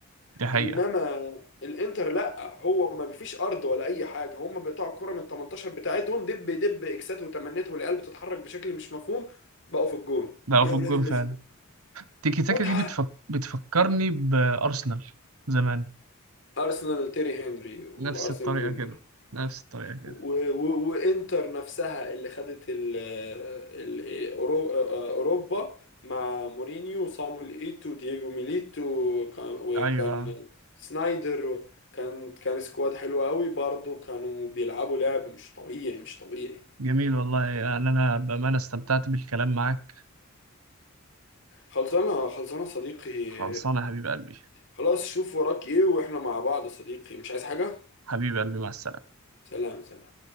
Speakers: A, on the right; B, on the left.
A: دي حقيقة
B: انما الانتر لا هو ما فيش ارض ولا اي حاجه هم بيقطعوا الكره من 18 بتاعتهم دب دب اكسات وتمنيات والعيال بتتحرك بشكل مش مفهوم بقوا في الجون
A: ده
B: يا
A: في
B: ولاد
A: الجون
B: اللذين
A: فعلا تيكي
B: متعه
A: تاكا دي بتفك... بتفكرني بأرسنال زمان
B: ارسنال تيري هنري وارسنال
A: نفس الطريقة
B: فينجر
A: كده نفس الطريقة كده
B: و- و- وانتر نفسها اللي خدت ال ال أورو- اوروبا مع مورينيو وصامويل ايتو ودييجو ميليتو وكان وكان
A: أيوة
B: سنايدر كان كان سكواد حلو قوي برضه كانوا بيلعبوا لعب مش طبيعي مش طبيعي
A: جميل والله يعني أنا بأمانة استمتعت بالكلام معك
B: خلصانه خلصانه صديقي
A: خلصانة يا حبيب قلبي
B: خلاص شوف وراك ايه واحنا مع بعض يا صديقي مش عايز حاجه
A: حبيب قلبي مع السلامة
B: سلام سلام